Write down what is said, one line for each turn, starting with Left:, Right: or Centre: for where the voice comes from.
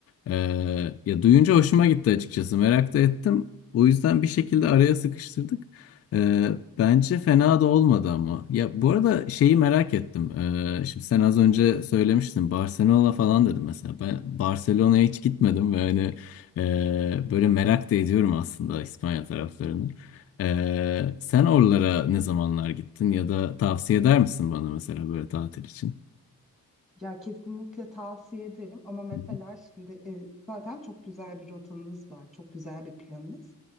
Left: Ee, ya duyunca hoşuma gitti açıkçası. Merak da ettim. O yüzden bir şekilde araya sıkıştırdık. Ee, bence fena da olmadı ama. Ya bu arada şeyi merak ettim. Ee, şimdi sen az önce söylemiştin Barcelona falan dedim mesela. Ben Barcelona'ya hiç gitmedim ve hani e, böyle merak da ediyorum aslında İspanya taraflarını. Ee, sen oralara ne zamanlar gittin ya da tavsiye eder misin bana mesela böyle tatil için?
Centre: Ya kesinlikle tavsiye ederim ama mesela
Left: Hı
Centre: şimdi e, zaten çok güzel bir rotanız var, çok güzel bir planınız.